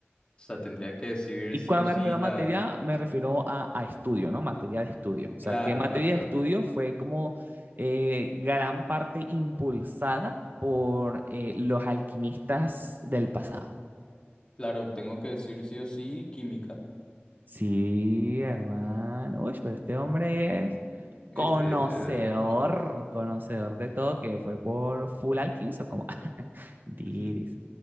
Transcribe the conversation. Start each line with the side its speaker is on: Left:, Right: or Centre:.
Left: sea, tendría que decir
Right: Y
Left: sí
Right: cuando
Left: o sí
Right: me refiero a
Left: la...
Right: materia, me refiero a, a estudio, ¿no? Materia de estudio. O sea,
Left: Claro,
Right: ¿qué materia
Left: claro, claro.
Right: de estudio fue como eh, gran parte impulsada por eh, los alquimistas del pasado?
Left: Claro, tengo que decir sí o sí química.
Right: Sí, hermano. Uy, pero este hombre es
Left: Este,
Right: conocedor,
Left: este. de-
Right: conocedor de todo, que fue por Full Alchemist o como <laughs> Diris.
Left: <laughs>